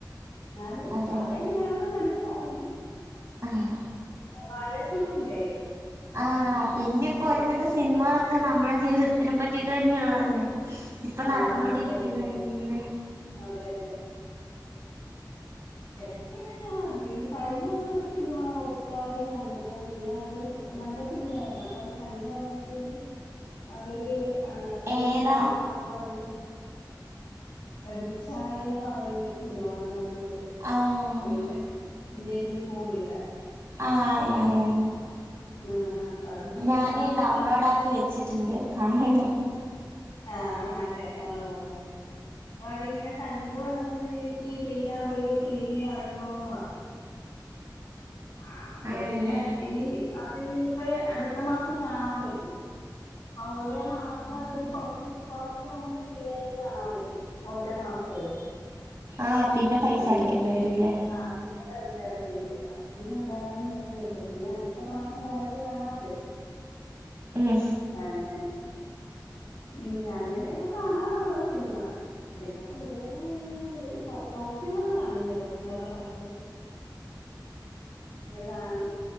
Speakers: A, on the left; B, on the right.
A: എന്നാലും
B: അതെ
A: കഥ എങ്ങനെയാണെന്നും മനസ്സിലായി
B: ആഹ്
A: വാഴ ടൂ ഏ
B: ആഹ് പിന്നെ ഇപ്പ ഒരുവിധ സിനിമകളൊക്കെ നമ്മുടെ ജീവിതത്തിനെ പറ്റിട്ട് തന്നെള്ളതല്ലേ ഇപ്പൊ
A: ആ
B: നടന്നൊണ്ടിരിക്കുന്നന്നെ
A: അതെ അതെ അതെ അതെ അതെ ഇടക്ക ഇങ്ങനെ അതിന് കഴിഞ്ഞു ഒരു സിനിമ ഹോട്ട് സ്റ്റാറിൽ കണ്ടിട്ട് പിന്നെ അത് നല്ല സിനിമയായിരുന്നു അപ്പൊ അത് കണ്ട് വന്നപ്പയെ അവര് പ്രീമി
B: ഏതാ
A: അടക്കണെന്നും പറഞ്ഞു പ്രതിച്ചായന്നെപറയുന്ന ഒരു സിനിമ <unintelligible>
B: ആഹ്
A: നിവിൻ പൊളിയുടെ
B: ആ അറിയാ റിയാ
A: ആ, അപ്പൊ അതിങ്ങനെ
B: ഞാന്
A: കണ്ട്
B: ഡൗൺലോഡ് ആക്കി വെച്ചിട്ടുണ്ട് കാണണം
A: ആ നല്ലയാ ഓ അപ്പൊ അതിങ്ങനെ കണ്ട് വന്നപ്പോഴേക്ക് പിന്നെ അവര് പ്രീമിയം അടക്കണന്ന് പറഞ്ഞു ആ അപ്പൊ
B: ആണല്ലേ
A: പിന്നെ ഇനി അത് ഇനിയിപ്പ അടുത്ത മാസം കാണാൻ പറ്റും അ ഓരേ മാസം അതൊരുകൊറച്ച് കൊറച്ച് നമുക്ക് ഫ്രീ ആയിട്ട് കാണാൻ പറ്റും ഓരേ മാസമായി
B: ആഹ് പിന്നെ പൈസ
A: അങ്ങനെ
B: അടക്കേണ്ടി വരൂല്ലേ
A: ആ പിന്നെ പൈസടക്കൂല്ലല്ല പിന്നെ അതങ്ങ് നിർത്തി വെച്ചു പിന്നെ അടുത്ത മാസം ബാക്കി കാണാലോ
B: ഉം
A: അങ്ങനെ ഉ അങ്ങനൊയൊക്കെ കാണാറുള്ളൂ സിനിമ പിന്നെ കൂടുതലും ഈ ടോപ്പ് സിംഗർ കാണും കേട്ടോ പിളെളരുടെ പാട്ട് അത് കാണും